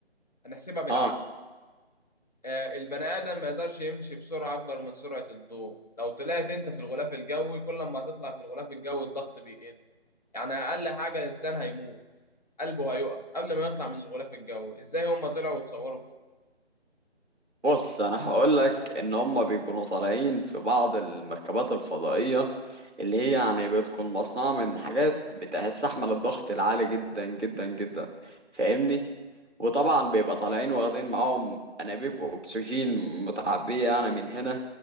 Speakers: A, on the left; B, on the right.
A: هنحسبها بالعقل
B: اه
A: آه، البني آدم ما يقدرش يمشي بسرعة أكبر من سرعة الضوء لو طلعت أنت في الغلاف الجوي كل ما هتطلع في الغلاف الجوي الضغط بيقل يعني أقل حاجة الإنسان هيموت قلبه هيقف قبل ما يطلع من الغلاف الجوي إزاي هما طلعوا وتصوروا فوق
B: بص انا هقول لك ان هم بيكونوا طالعين في بعض المركبات الفضائيه اللي هي يعني بتكون مصنوعه من حاجات بتستحمل الضغط العالي جدا جدا جدا فاهمني وطبعا بيبقى طالعين واخدين معاهم انابيب اكسجين متعبيه يعني من هنا